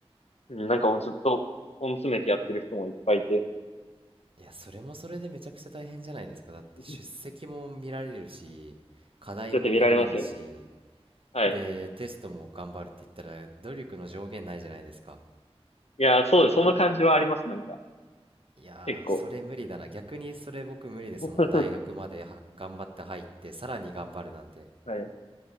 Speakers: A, on the left; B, on the right.
A: うんなんかもうずっと根詰めてやってる人もいっぱいいて、
B: ーいやそれもそれでめちゃくちゃ大変じゃないですかだって出席も見られるし課題も見られるし
A: <laughs> だって見られますよね。はい。
B: でテストも頑張るって言ったら努力の上限ないじゃないですか
A: いや、そうです。その感じはあります、なんか。
B: いやーそれ無理だな逆にそれ僕無理ですもん大学までは頑張って入ってさらに頑張るなんて
A: 結構。<laughs> はい。